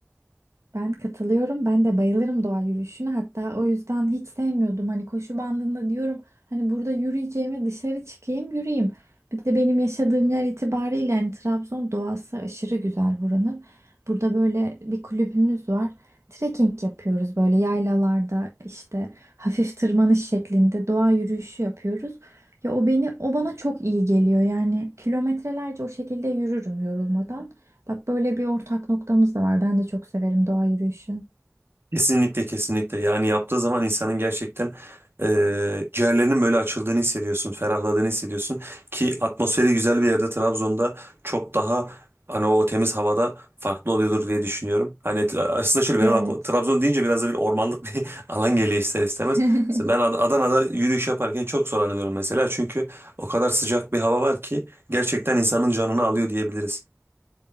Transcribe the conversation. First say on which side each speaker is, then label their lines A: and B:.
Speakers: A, on the right; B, on the right.
A: Ben katılıyorum. Ben de bayılırım doğa yürüyüşüne. Hatta o yüzden hiç sevmiyordum. Hani koşu bandında diyorum hani burada yürüyeceğime dışarı çıkayım yürüyeyim. Bir de benim yaşadığım yer itibariyle hani Trabzon doğası aşırı güzel buranın. Burada böyle bir kulübümüz var. Trekking yapıyoruz böyle yaylalarda işte hafif tırmanış şeklinde doğa yürüyüşü yapıyoruz. Ya o beni o bana çok iyi geliyor. Yani kilometrelerce o şekilde yürürüm yorulmadan. Bak böyle bir ortak noktamız da var. Ben de çok severim doğa yürüyüşü.
B: Kesinlikle kesinlikle yani yaptığı zaman insanın gerçekten e, ciğerlerinin böyle açıldığını hissediyorsun, ferahladığını hissediyorsun ki atmosferi güzel bir yerde Trabzon'da çok daha hani o temiz havada farklı oluyordur diye düşünüyorum. Hani t- aslında şöyle benim
A: Evet.
B: aklıma Trabzon deyince biraz da bir ormanlık <laughs> bir alan geliyor ister istemez.
A: <laughs>
B: Mesela ben Ad- Adana'da yürüyüş yaparken çok zorlanıyorum mesela çünkü o kadar sıcak bir hava var ki gerçekten insanın canını alıyor diyebiliriz.